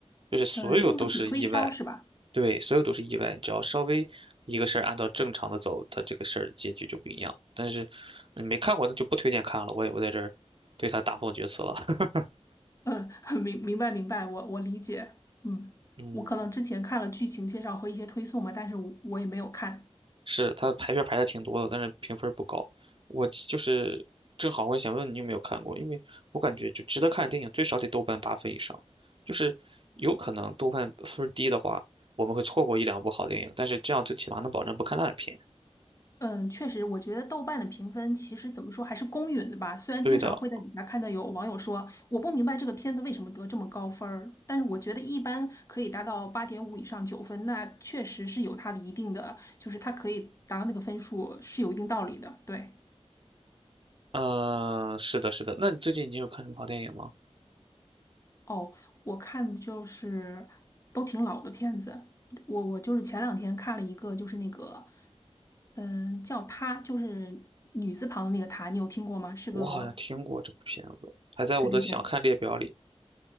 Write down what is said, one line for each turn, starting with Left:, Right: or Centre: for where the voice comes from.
Right: 就是所有都是意外，
Left: 呃，经不起推敲是吧？
Right: 对，所有都是意外。只要稍微一个事儿按照正常的走，它这个事儿结局就不一样。但是你没看过，那就不推荐看了。我也不在这儿对它大放厥词了。<laughs>
Left: 嗯，<laughs> 明明白明白，我我理解，嗯，
Right: 嗯，
Left: 我可能之前看了剧情介绍和一些推送嘛，但是我我也没有看。
Right: 是，它排片排的挺多的，但是评分不高。我就是正好我也想问你有没有看过，因为我感觉就值得看的电影最少得豆瓣八分以上，就是有可能豆瓣分儿低的话，我们会错过一两部好电影，但是这样最起码能保证不看烂片。
Left: 嗯，确实，我觉得豆瓣的评分其实怎么说还是公允的吧。虽然经常会在底下看到有网友说我不明白这个片子为什么得这么高分儿，
Right: 对的，
Left: 但是我觉得一般可以达到八点五以上九分，那确实是有它的一定的，就是它可以达到那个分数是有一定道理的。对，
Right: 嗯，是的，是的。那你最近你有看什么好电影吗？
Left: 哦，我看的就是都挺老的片子，我我就是前两天看了一个，就是那个嗯叫她，就是女字旁的那个她，你有听过吗？是个
Right: 我好像听过这部片子，还在我的想看列表里。
Left: 对对对。